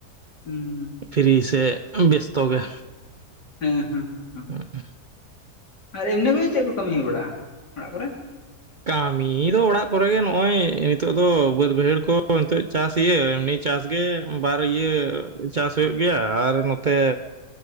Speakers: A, on the left (about 90°); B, on the right (about 50°).
A: ᱦᱩᱸ
B: ᱯᱷᱤᱨᱤ ᱥᱮ ᱵᱮᱥᱛᱚ ᱜᱮ
A: ᱦᱩᱸ ᱦᱩᱸ
B: <unintelligible>
A: ᱟᱨ ᱮᱢᱱᱤ ᱠᱩᱫᱚ ᱪᱮᱫ ᱠᱩ ᱠᱟᱢᱤ ᱦᱩᱭ ᱵᱟᱲᱟᱜᱼᱟ ᱚᱲᱟᱜ ᱠᱚᱨᱮ?
B: ᱠᱟᱢᱤ ᱫᱚ ᱚᱲᱟᱜ ᱠᱚᱨᱮ ᱜᱮ ᱱᱚᱜᱼᱚᱭ ᱱᱤᱛᱚᱜ ᱫᱚ ᱵᱟᱹᱫᱽ ᱵᱟᱹᱭᱦᱟᱹᱲ ᱠᱚ ᱱᱤᱛᱚᱜ ᱪᱟᱥ ᱤᱭᱟᱹ ᱮᱢᱱᱤ ᱪᱟᱥ ᱜᱮ ᱵᱟᱨ ᱤᱭᱟᱹ ᱪᱟᱥ ᱦᱩᱭᱩᱜ ᱜᱮᱭᱟ ᱟᱨ ᱱᱚᱛᱮ